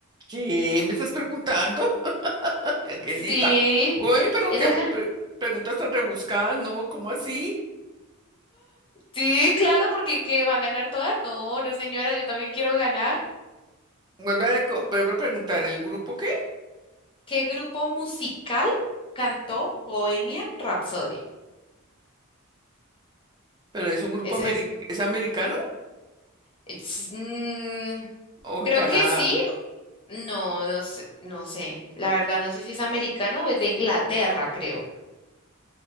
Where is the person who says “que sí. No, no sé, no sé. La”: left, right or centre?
Left